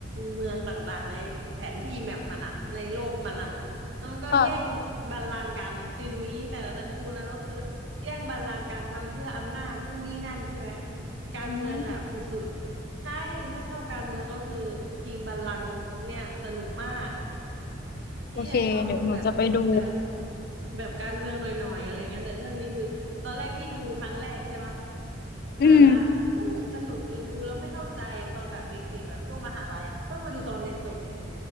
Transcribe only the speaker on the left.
ๆก็
อืม
โอเคเดี๋ยวหนูจะไปดู
อืม